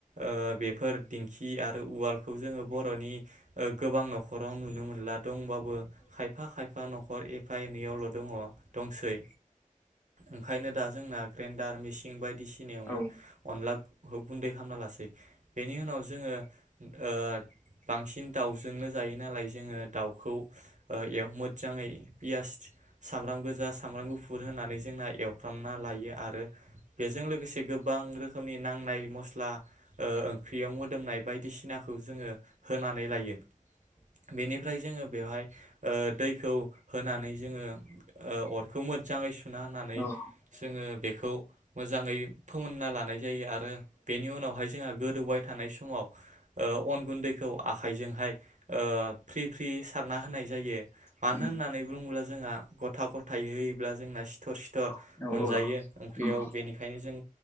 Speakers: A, on the right (about 65°); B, on the left (about 15°).
A: ओ बेफोर दिंखि आरो उवालखौ जोङो बर'नि गोबां नखराव नुनो मोनला दंबाबो खायफा खायफा नखर एफा एनैयावल दङ दंसै। ओंखायनो दा जोंना ग्रेनडार मिसिन बायदि बायदिसिनायावनो
B: औ
A: अनला गुन्दै खालामामना लासै बेनि उनाव जोङो ओ बांसिन दाउजोंनो जायो नालाय जोङो। दाउखौ ओ एवो मोजाङै पियास सामब्राम गोजा सामब्राम गुफुर होननानै जोंना एव खालामना लायो आरो बेजों लोगोसे गो गोबां रोखोमनि नांनाय मस्ला ओ ओंख्रियाव मोदोमनाय बायदिसिनाखौ जोङो होनानै होनानै लायो। बेनिफ्राय जोङो बेवहाय ओ दैखौ होनानै जोङो ओ अरखौ मोजाङै सुना होनानै
B: <inaudible>
A: जोङो बेखौ मोजाङै फोमोनना लानाय जायो आरो बेनि उनावहाय जोंहा गोदौबाय थानाय समाव ओ अन गुन्दैखौ आखाइजोंहाय ओ फ्रि फ्रि सारना होनाय जायो मानो
B: औ
A: होननानै बुंङोब्ला जोंहा गथा गथायै होयोब्ला जोंना सिथर सिथ बिथर
B: औ उम औ
A: मोनजायो
B: औ
A: ओंख्रियाव
B: उम
A: बेनिखायनो जों